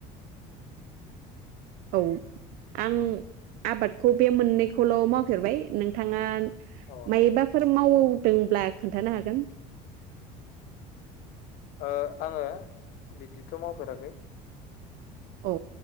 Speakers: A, on the left; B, on the right.
A: <unintelligible>
B: औ आं आबादखौ बे मोननैखौल' मावफेरबाय नोंथाङा
A: औ
B: मायोबाफोर मावदोंब्ला खोन्थानो हागोन
A: अ आङो बिदिथ' मावफेराखै
B: औ